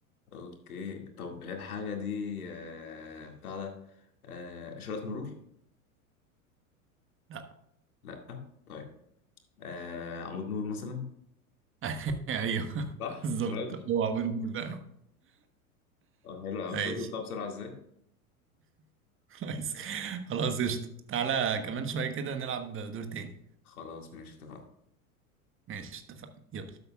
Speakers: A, on the left; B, on the right.
A: أوكي طب الحاجة دي آه بتاع ده آه إشارات مرور؟
B: لا
A: لأ طيب آه عمود نور مثلا
B: <laughs> ايوه
A: صح
B: بالظبط
A: يا راجل
B: هو عبود بول ده
A: اه حلو أنا
B: ماشي
A: مش شفت بتاع بسرعة إزاي
B: كويس خلاص قشطة تعالى كمان شوية كده نلعب دور تاني
A: خلاص ماشي اتفقنا
B: ماشي اتفقنا يلا